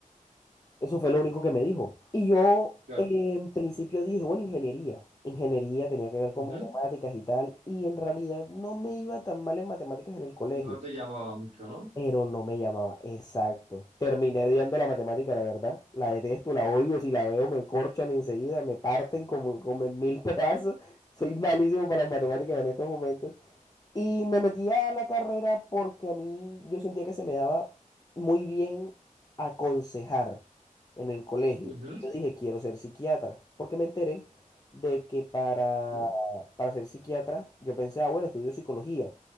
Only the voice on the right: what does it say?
claro,
ujú.
No te llamaba mucho, ¿no?
Ujú,
ujú,